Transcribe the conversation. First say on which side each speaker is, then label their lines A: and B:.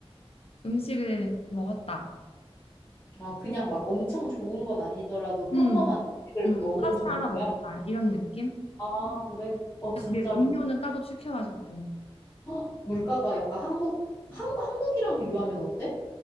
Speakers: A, on the left (about 70°); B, on the left (about 20°).
A: 음식을 먹었다.
B: 아, 그냥 막 엄청 좋은 건 아니더라도 평범한
A: 음,
B: 음식을
A: 음,
B: 먹은
A: 파스타
B: 정도야?
A: 하나 먹었다. 이런 느낌?
B: 아, 그래? 어,
A: 근데
B: 진짜
A: 그게 음료는
B: 물, <gasps>
A: 따로 시켜야죠 또.
B: 헉, 물가가 약간 한국, 한, 한국이랑 비교하면 어때?